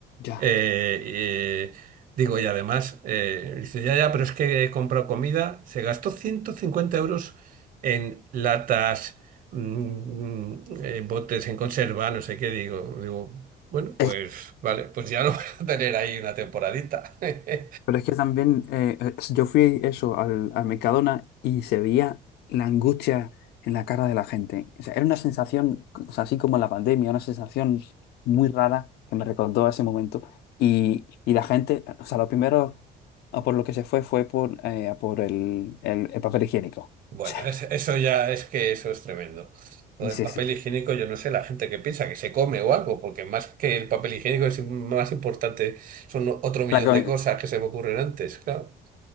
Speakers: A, on the left; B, on the right.
A: Ya.
B: Eh, eh, digo, y además, eh, dice, ya, ya, pero es que he comprado comida. Se gastó 150 euros en latas, mm, eh, botes en conserva, no sé qué. Digo, digo, bueno, pues
A: Es-
B: vale, pues ya lo <laughs> vas a tener ahí una temporadita. <laughs>
A: pero es que también eh, eh, yo fui eso al, al Mercadona y se veía la angustia en la cara de la gente. O sea, era una sensación, o sea, así como la pandemia, una sensación muy rara que me recordó a ese momento. Y, y la gente, o sea, lo primero a por lo que se fue fue por, eh, a por el, el- el papel higiénico.
B: Bueno,
A: <laughs>
B: es- eso ya es que eso es tremendo. Lo
A: O
B: del
A: sea,
B: papel
A: sí, sí.
B: higiénico, yo no sé, la gente que piensa que se come o algo, porque más que el papel higiénico es más importante, son otro millón
A: La, co-
B: de cosas que se me ocurren antes, claro.